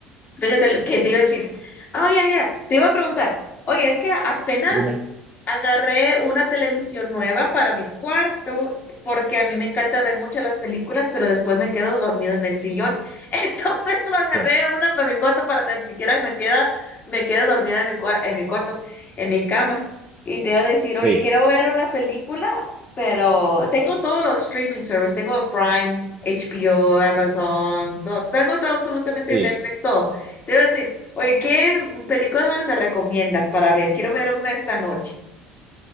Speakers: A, on the left (about 35°); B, on the right (about 25°).
A: Fíjate lo que te iba a decir. Ah, oye, ya, te iba a preguntar. Oye, es que apenas
B: Dime.
A: agarré una televisión nueva para mi cuarto, porque a mí me encanta ver muchas las películas, pero después me quedo dormida en el sillón. <laughs> Entonces lo agarré
B: Sí.
A: una para mi cuarto para tan siquiera me queda, me quedo dormida en mi, cua- en mi cuarto, en mi cama. Y te iba a decir, oye,
B: Sí.
A: quiero ver una película, pero tengo todos los streaming services, tengo Prime, HBO, Amazon, todo, tengo todo absolutamente
B: Sí.
A: Netflix, todo te iba a decir, oye, ¿qué película me recomiendas para ver? Quiero ver una esta noche.